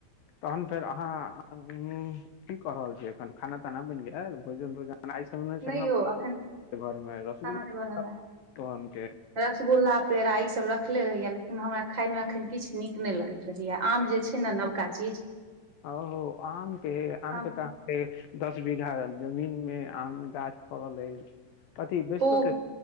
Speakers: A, on the left (about 75°); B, on the right (about 25°).
A: तहन फेर अहाँ ह्म्म की क रहल छीियै अखन खाना ताना बनि गेलय भोजन तोजन त आय सुनने
B: नहि
A: छिनह
B: यौ अखन
A: घर मे रसगुल्लाह
B: खाना नहि बनल है
A: तुअनते
B: रसगुल्ला पेड़ा इ सब रखले रहहिया लेकिन हमरा खाय मे अखन किछ निक न लगे या रहैया आम जे छै ने नवका चीज
A: ओ आमके आमके
B: आम
A: तऽहाँके दस बीघा जमीन मे आम गाछ फड़ल अछि अथी बेचतो
B: खूब
A: त